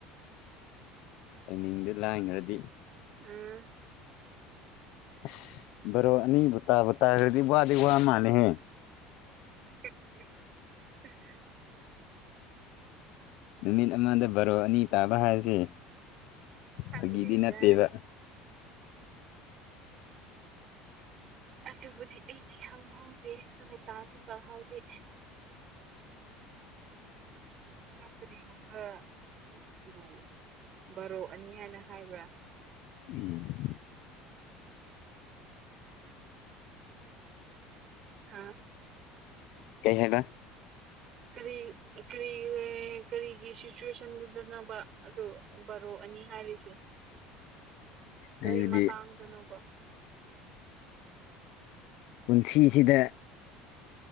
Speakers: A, on the left (about 65°); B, on the right (about 45°).
A: ꯂꯥꯏꯅꯤꯡꯗ ꯂꯥꯟꯒ꯭ꯔꯗꯤ
B: ꯎꯝ
A: ꯑꯁ ꯕꯔꯣ ꯑꯅꯤꯕꯨ ꯇꯥꯕꯨ ꯇꯥꯒ꯭ꯔꯗꯤ ꯋꯥꯗꯤ ꯋꯥꯃꯥꯜꯂꯦꯍꯦ
B: <inaudible>
A: ꯅꯨꯃꯤꯠ ꯑꯃꯥꯗ ꯕꯥꯔꯣ ꯑꯅꯤ ꯇꯥꯕ ꯍꯥꯏꯁꯦ
B: ꯈꯪꯗꯦꯗ
A: ꯐꯥꯒꯤꯗꯤ ꯅꯠꯇꯦꯕ
B: ꯑꯗꯨꯕꯨꯗꯤ ꯑꯩꯗꯤ ꯈꯪꯍꯧꯗꯦ ꯑꯗꯨꯒ ꯇꯥꯁꯨ ꯇꯥꯍꯧꯗꯦ ꯆꯞꯄꯗꯤ ꯍꯣꯡꯔꯒ ꯕꯨ ꯕꯥꯔꯣ ꯑꯅꯤ ꯍꯥꯏꯅ ꯍꯥꯏꯕ꯭ꯔꯥ
A: ꯎꯝ
B: ꯍꯥꯥ
A: ꯀꯩ ꯍꯥꯏꯕ
B: ꯀꯔꯤ ꯀ꯭ꯔꯤ ꯀꯔꯤꯒꯤ ꯁꯤꯆ꯭ꯋꯦꯁꯟꯗꯨꯗꯅꯣꯕ ꯑꯗꯨ ꯕꯥꯔꯣ ꯑꯅꯤ ꯍꯥꯏꯔꯤꯁꯦ ꯀꯔꯤ
A: ꯍꯥꯏꯕꯗꯤ
B: ꯃꯇꯥꯡꯗꯅꯣꯕ
A: ꯄꯨꯟꯁꯤꯁꯤꯗ